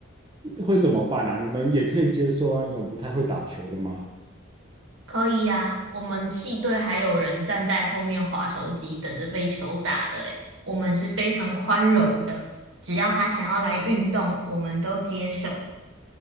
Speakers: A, on the right; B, on the right.
A: 会怎么办啊？你们也可以接受那种不太会打球的吗？
B: 可以呀、我们系队还有人站在后面划手机，等着被球打的诶，我们是非常宽容的，只要他想要来运动，我们都接受。